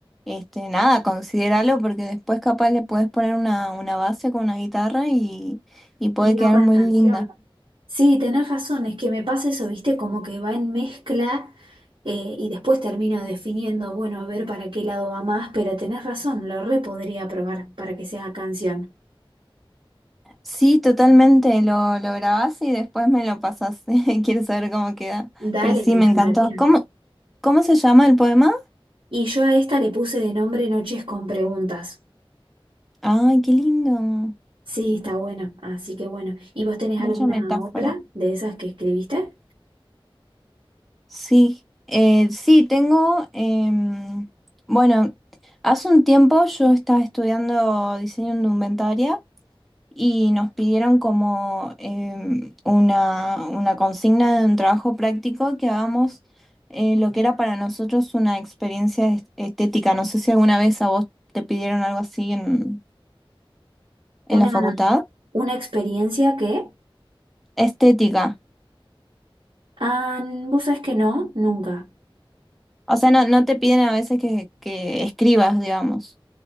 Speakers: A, in the centre; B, on the right (about 65°).
A: este, nada, considéralo porque después capaz le puedes poner una, una base con una guitarra y, y puede
B: Y
A: quedar
B: va para
A: muy
B: canción.
A: linda.
B: Sí, tenés razón, es que me pasa eso, viste, como que va en mezcla eh, y después termino definiendo, bueno, a ver para qué lado va más, pero tenés razón, lo re podría probar para que sea canción.
A: Sí, totalmente, lo, lo grabás y después me lo pasás. <laughs> Quiero saber cómo queda.
B: Dale,
A: Pero sí,
B: me encantaría.
A: me encantó. ¿Cómo, cómo se llama el poema?
B: Y yo a esta le puse de nombre Noches con preguntas.
A: Ay, qué lindo.
B: Sí, está bueno, así que bueno. ¿Y vos tenés
A: Mucha
B: alguna
A: metáfora.
B: otra de esas que escribiste?
A: Sí, eh, sí, tengo, em, bueno, hace un tiempo yo estaba estudiando diseño indumentaria y nos pidieron como em, una, una consigna de un trabajo práctico que hagamos eh, lo que era para nosotros una experiencia est- estética. No sé si alguna vez a vos te pidieron algo así en, en
B: Una,
A: la facultad.
B: una experiencia que...
A: Estética.
B: Ah, vos sabés que no, nunca.
A: O sea, no, no te piden a veces que, que escribas, digamos.